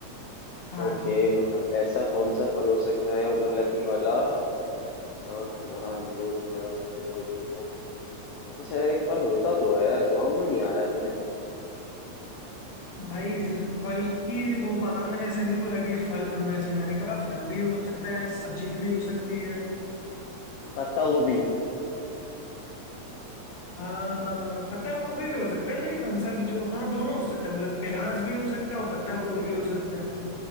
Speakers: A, on the left (about 30°); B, on the left (about 75°).
A: हाँ
B: ओके मतलब ऐसा कौन सा फल हो सकता है ओवरलैपिंग वाला अ, अनार अमरूद अनारस है वो ये वो कौन सा यार एक फल होता तो है यार दिमाग में नहीं आ रहा है मेरे
A: भाई ज- फल की वो बात मैंने ऐसे नहीं बोला कि फल होना चाहिए मैंने कहा फल भी हो सकता है सब्जी भी हो सकती है
B: पत्ता गोभी
A: हाँ पत्ता गोभी भी हो सकता है लेकिन आंसर जो हाँ दोनों हो सकता है मतलब प्याज भी हो सकता है और पत्ता गोभी भी हो सकता है